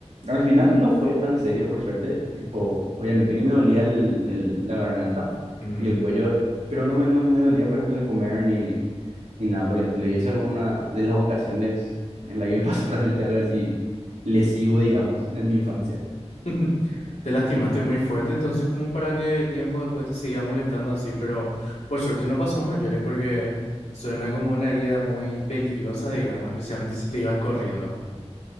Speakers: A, on the right (about 75°); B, on the left (about 80°).
A: Al final no fue tan serio, por suerte, tipo, obviamente que me dolía el, el- la garganta
B: Ujú.
A: y el cuello, pero no me, no me dolía, por ejemplo, el comer ni, ni nada por el estilo, y esa fue una de las ocasiones en la que me pasó <laughs> realmente algo así lesivo, digamos, en mi infancia.
B: <laughs> Te lastimaste muy fuerte, entonces como para que tiempo después te seguía molestando así, pero por suerte no pasó a mayores porque suena como una herida muy peligrosa, digamos, especialmente si te ibas corriendo.